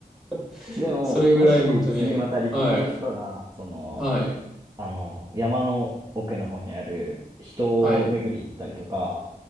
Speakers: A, in the centre; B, on the right.
A: <laughs>
B: でも、
A: それぐらい本当に、
B: もし次またリピートしたら、
A: はい、
B: その、
A: はい、
B: あの、山の奥の方にある人を巡り行ったりとか、
A: はい。